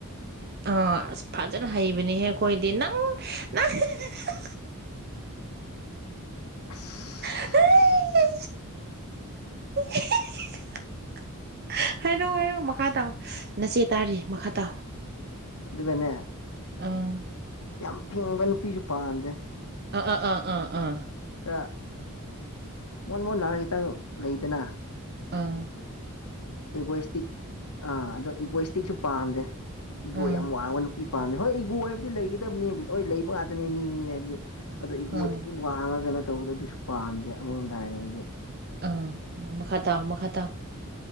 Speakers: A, on the right; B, on the left.
A: ꯑꯥ ꯑꯁ ꯐꯖꯅ ꯍꯩꯕꯅꯤꯍꯦ ꯑꯈꯣꯏꯗꯤ ꯅꯪ ꯅꯪ ꯍꯍ ꯍ ꯍ
B: <unintelligible>
A: ꯑꯩ ꯍꯤ ꯍꯤ ꯍꯥ ꯍꯥ ꯍꯍ ꯍꯥꯏꯔꯛꯑꯣ ꯍꯥꯏꯔꯛꯑꯣ ꯃꯈꯥ ꯇꯥꯎ ꯅꯆꯦ ꯇꯥꯔꯤ ꯃꯈꯥ ꯇꯥꯎ
B: ꯑꯗꯨꯒꯅꯦ
A: ꯑꯥ
B: ꯌꯥꯝ ꯐꯤꯡꯕ ꯅꯨꯄꯤꯁꯨ ꯄꯥꯝꯗꯦ
A: ꯑꯥ ꯑꯥ ꯑꯥ ꯑꯥ ꯑꯥ
B: ꯈꯔ ꯃꯣꯟ ꯃꯣꯟꯔꯒ ꯈꯤꯇꯪ ꯂꯩꯗꯅ
A: ꯑꯡ
B: ꯏꯒꯣꯏꯁꯇꯤꯛ ꯑꯥ ꯑꯗꯣ ꯏꯒꯣꯏꯁꯇꯤꯛꯁꯨ ꯄꯥꯝꯗꯦ ꯏꯒꯣ
A: ꯑꯥ
B: ꯌꯥꯝ ꯋꯥꯡꯕ ꯅꯨ ꯄꯤ ꯄꯥꯝꯗꯦ ꯍꯣꯏ ꯏꯒꯣ ꯍꯥꯏꯕꯗꯤ ꯂꯩꯒꯗꯕꯅꯤ ꯂꯣꯏ ꯂꯩꯕ ꯉꯥꯛꯇꯅꯤ ꯃꯤ ꯃꯤ ꯍꯥꯏꯕꯗꯤ ꯑꯗꯣ ꯏꯒꯣ
A: ꯑꯥ
B: ꯊꯤ ꯋꯥꯡꯉ ꯀꯩꯅꯣ ꯇꯧꯕꯗꯣ ꯑꯗꯨꯁꯨ ꯄꯥꯝꯗꯦ ꯑꯃꯔꯣꯝꯗ ꯍꯥꯏꯔꯗꯤ ꯑꯩꯗꯤ
A: ꯑꯝ ꯃꯈꯥ ꯇꯥꯎ ꯃꯈꯥ ꯇꯥꯎ